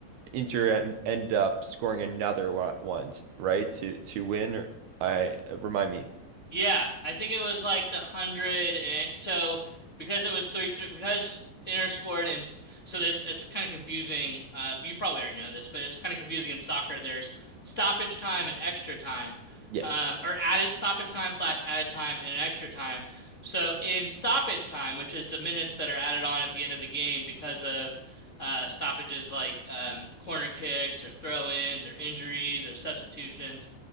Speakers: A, on the right; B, on the left.
A: Inter en end up scoring another one, one, right? To to win. Or I uh, remind me.
B: Yeah, I think it was like the hundred and so because it was three three because Inter scored and s- so this it's kind of confusing. Uh, you probably already know this, but it's kind of confusing in soccer. There's stoppage time and extra time,
A: Yes.
B: uh, or added stoppage time slash added time and extra time. So in stoppage time, which is the minutes that are added on at the end of the game because of uh, stoppages like um, corner kicks or throw-ins or injuries or substitutions.